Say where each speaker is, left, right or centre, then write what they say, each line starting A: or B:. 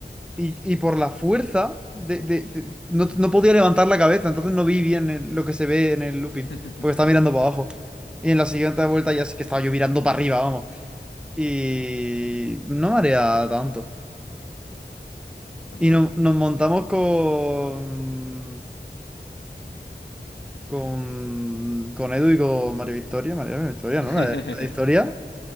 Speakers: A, in the centre; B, on the left.
A: y, y por la fuerza de, de- de- no, no podía levantar la cabeza, entonces no vi bien el- lo que se ve en el
B: <laughs>
A: looping, porque estaba mirando para abajo. Y en la siguiente vuelta ya sí que estaba yo mirando para arriba, vamos. Y no marea tanto.
B: No,
A: Y
B: Hombre.
A: no- nos montamos con, con, con Edu y con María Victoria, María Victoria,
B: <laughs>
A: ¿no? La de la de historia.